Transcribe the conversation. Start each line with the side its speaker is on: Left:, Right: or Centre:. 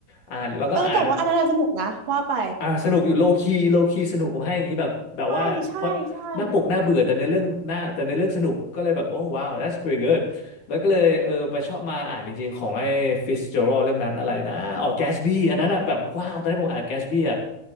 Left: อ่านแล้วก็อ่าน
Right: เออแต่ว่าอันนั้นน่ะสนุกนะว่าไป
Left: อ่ะสนุกอยู่โลคีโลคีสนุกผมให้อย่างนี้แบบแบบว่าเพราะหน้าปกหน้าเบื่อแต่ในอเรื่องหน้าแต่ในอเรื่องสนุกก็เลยแบบโอ้ว้าว
Right: ใช่ใช่ใช่
Left: that's pretty good แล้วก็เลยเออไปชอบมาอ่านจริงๆของไอ้ Fitzgerald เรื่องนั้นอะไรนะอ๋อ Gatsby อันนั้นอ่ะแบบว้าวตอนนี้ผมอ่าน Gatsby อ่ะ